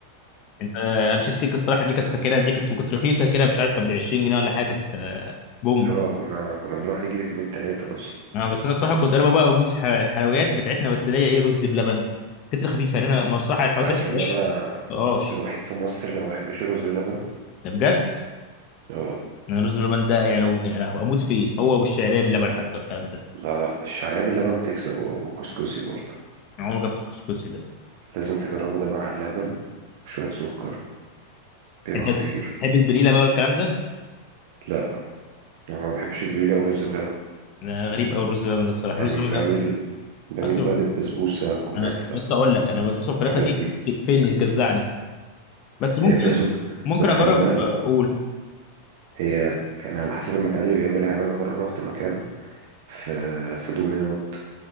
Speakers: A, on the left; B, on the right.
A: انت انا تشيز كيك الصراحه دي كانت فاكرها دي كانت كنت رخيصه كده مش عارف كانت ب 20 جنيه ولا حاجه كانت آه، بوم
B: اللي هو كنا كنا بنروح نجيب اتنين تلاته اصلا
A: اه بس انا الصراحه كنت انا بقى بموت في الح- الحلويات بتاعتنا بس اللي هي ايه رز بلبن كانت خفيفه يعني انا الصراحه الحلويات
B: انت عارف
A: الشرقيه
B: ان انا
A: مبقاش
B: الوحيد في مصر اللي ما بحبش رز بلبن
A: ده بجد
B: اه
A: انا الرز بلبن ده يعني لو يعني اموت فيه هو والشعريه باللبن حتى الكلام ده
B: لا لا الشعريه باللبن تكسب والكسكسي برضه
A: انا عمري ما جبت الكسكسي ده
B: لازم تجربه ده مع اللبن وشويه سكر بيبقى
A: انت
B: خطير
A: تحب البليله بقى والكلام ده
B: لا انا ما بحبش البليله والرز بلبن
A: أنا غريب قوي الرز بلبن ده الصراحه
B: يعني
A: الرز بلبن
B: بميل
A: ده
B: بميل
A: اصل
B: بقى للبسبوسه كنافه
A: انا لسه اقول لك انا البسبوسه والكنافه
B: الحاجات
A: دي
B: دي
A: تقفلني تجزعني بس ممكن
B: هي فيها سكر
A: ممكن
B: بس
A: اجرب
B: خلي بالك
A: آه، اقول
B: هي يعني على حسب المكان اللي بيعملها يعني انا مره رحت مكان في في دمياط